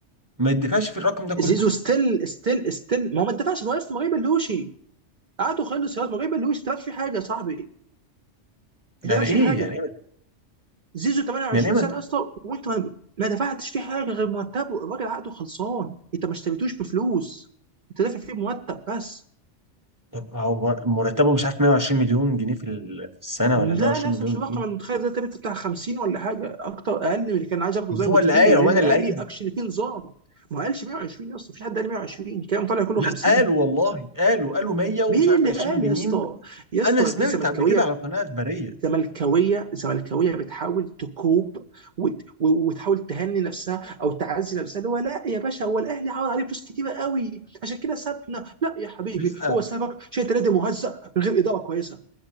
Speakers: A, on the right; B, on the right.
A: ما يدفعش في الرقم ده كله
B: زيزو ستيل ستيل ستيل ما هو ما اتدفعش ما هو يا اسطى ما غير بلوشي قعدوا خلص يا اسطى ما غير بلوشي ما اتدفعش فيه حاجه يا صاحبي ما
A: يعني
B: اتدفعش
A: ايه
B: فيه حاجه
A: يعني ايه
B: زيزو 28
A: يعني ايه ما-
B: سنه يا اسطى وانت ما ما دفعتش فيه حاجه غير مرتبه الراجل عقده خلصان انت ما اشتريتوش بفلوس انت دافع فيه بمرتب بس
A: طب هو مرتبه مش عارف 120 مليون جنيه في ال- في السنة
B: لا
A: ولا 120
B: لا أصلاً
A: مليون
B: مش الرقم
A: ايه
B: المتخيل ده تبقى بتاع 50 ولا حاجه اكتر اقل من اللي كان عايز ياخده زي
A: هو
B: بكتير
A: اللي قايل هو
B: لان
A: انا
B: الاهلي
A: اللي قايل
B: اكشلي فيه نظام ما قالش 120 يا اسطى مفيش حد قال 120 الكلام طالع كله
A: لا
B: 50
A: قالوا والله قالوا قالوا 100 ومش
B: مين
A: عارف
B: اللي
A: 20
B: قال
A: جنيه
B: يا اسطى يا اسطى
A: انا سمعت
B: دي زملكاويه
A: قبل كده على قناة اخبارية
B: زملكاويه زملكاويه بتحاول تكوب وت... و- وتحاول تهني نفسها او تعزي نفسها اللي هو لا يا باشا هو الاهلي عوض عليه فلوس كتيره قوي عشان كده سابنا لا يا حبيبي
A: لا
B: هو سابك عشان انت نادي مهزأ من غير اداره كويسه